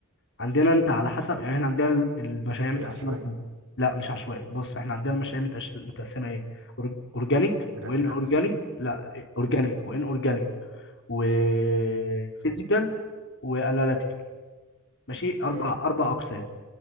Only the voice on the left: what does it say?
عندنا انت على حسب يعني احنا عندنا ال- المشاريع متقسمه
ازاي لا مش عشوائي بص احنا عندنا المشاريع متقش- متقسمه ايه أور- اورجانيك
وان اورجانيك
لا اورجانيك
وان اورجانيك وفيزيكال واناليتيكال ماشي اربع
اربع اقسام